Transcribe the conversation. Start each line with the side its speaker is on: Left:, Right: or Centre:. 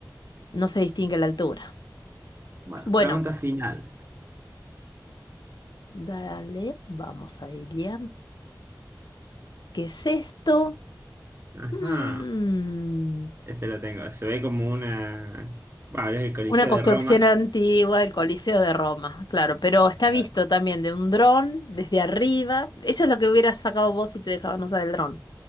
Left: no se distingue la altura.
Right: Bueno,
Left: Bueno,
Right: pregunta final.
Left: dale, vamos a Ilia. ¿Qué es esto?
Right: Ajá.
Left: Hmm,
Right: Este lo tengo. Se ve como una. Bueno, es el Coliseo
Left: Una construcción
Right: de Roma.
Left: antigua, el Coliseo de Roma, claro, pero está
Right: Claro.
Left: visto también de un dron desde arriba. Eso es lo que hubieras sacado vos si te dejaban usar el dron.